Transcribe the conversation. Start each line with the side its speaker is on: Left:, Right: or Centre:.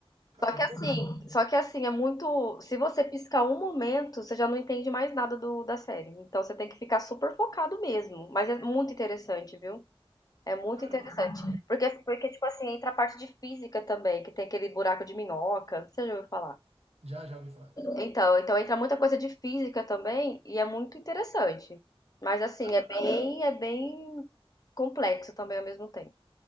Right: Caramba,
Left: Só que assim, só que assim, é muito. Se você piscar um momento, você já não entende mais nada do, da série. Então você tem que ficar super focado mesmo. Mas é muito interessante, viu? É muito
Right: caramba.
Left: interessante. Porque, porque, tipo assim, entra a parte de física também, que tem aquele buraco de minhoca. Você já ouviu falar?
Right: Já, já ouvi falar.
Left: Então, então entra muita coisa de física também e é muito interessante. Mas assim,
Right: Cara,
Left: é bem, é bem complexo também ao mesmo tempo.